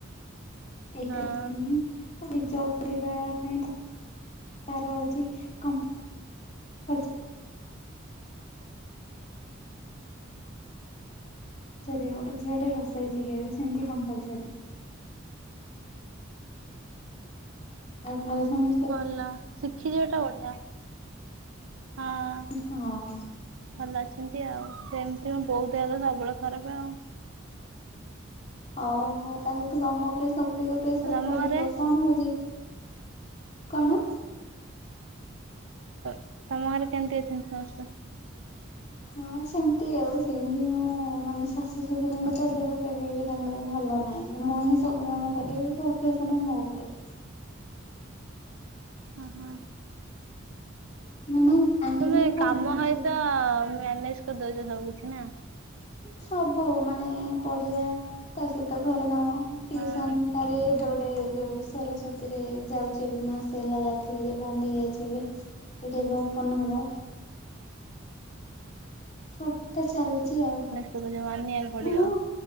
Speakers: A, on the left; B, on the right.
A: ଏଇଟା
B: ହଁ
A: <unintelligible> ତାର ହଉଛି କମ୍ପ <unintelligible> ଗୋଟେ ଝିଅ ଟେ ରୋଷେଇଛିି ସେମିତି କମ୍ପଲସରି। ଆଉ ଘରେ ସମସ୍ତେ
B: ଭଲ ଶିଖି ଯିବାଟା ବଢିଆ ହଁ
A: ହଁ।
B: ଭଲ ଅଛନ୍ତି ଆଉ ସେମିତି ମୋ ବୋଉ ଦେହ ତ ସବୁବେଳେ ଖରାପ ଆଉ।
A: ଓହୋ ତାହାଲେ ତ ତମ ଉପରେ ସବୁ ତିକ ପ୍ରେସର
B: ତମ
A: ପଡୁଥିବ
B: ଘରେ
A: କଣ ହଉଛି? କଣ?
B: ତ ତମ ଘରେ କେମିତି ଅଛନ୍ତି ସମସ୍ତେ?
A: ହଁ ସେମିତି ଆଉ ସେମିତି ମୁଁ ମାନେ ଶାଶୁ ଶଶୁରଙ୍କ ତା ଦେହ ଏବେ ବି ତାଙ୍କର ଭଲ ନାହିଁ ମୁଁ ହିଁ ସବୁ କାମ କରିବି ସବୁ ପ୍ରେସର ମୋ ଉପରେ।
B: ହଁ ହଁ।
A: ମାନେ ଆଣ୍ଟିଙ୍କର
B: ତମେ
A: କଣ
B: କାମ
A: ହଉଛି
B: ହଏତ ମ୍ୟାନେଜ କରିଦଉଛ ସବୁ କିଛି ନା।
A: ସବୁ ମାନେ ପଢିଆ ତା ସହିତ ଘର କାମ ଟିଉସନ
B: ହଁ
A: ଟାରେ ଏବେ ଗୋଟେ ଏ ଯୋଉ ସରସ୍ୱତୀ ରେ ଯାଉଛି ଏବେ ମାସେ ହେଲା ଯାଉଥିଲେ ଯେ ବନ୍ଦ ହେଇଯାଇଛି ଏବେ। ଏଇଠି ଏବେ ଓପନ ହବ। ସବୁଟା ଚାଲିଛି ଆଉ।
B: ତମେ ଯେ ମାନିବାକୁ ପଡିବ।
A: ମୁଁ